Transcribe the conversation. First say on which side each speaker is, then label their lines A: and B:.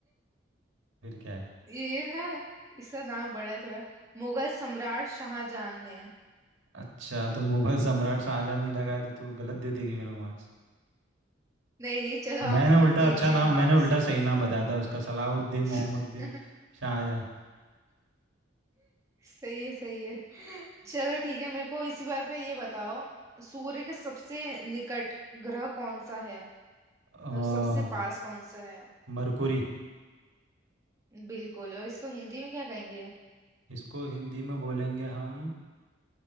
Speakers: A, on the right; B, on the right.
A: फिर क्या है
B: ये ना इसका नाम बड़ा है थोड़ा मुगल सम्राट शाहजहां ने
A: अच्छा तो मुगल सम्राट शाहजहाँ नहीं लगाया तो तू गलत दे देगी मेरे को मार्क्स
B: नहीं नहीं चलो आपको
A: मैंने उल्टा
B: दे
A: अच्छा
B: दिया
A: नाम
B: है मार्क्स
A: मैंने उल्टा सही नाम बताया था उसका सलाहुद्दीन
B: <laughs>
A: मोहम्मदुद्दीन शाहजहाँ
B: सही है सही है चलो ठीक है मेरे को इसी बात पे ये बताओ सूर्य के सबसे निकट ग्रह कौन सा है मतलब
A: अ,
B: सबसे पास कौन सा है
A: मरकुरी
B: बिल्कुल और इसको हिंदी में क्या कहेंगे
A: इसको हिंदी में बोलेंगे हम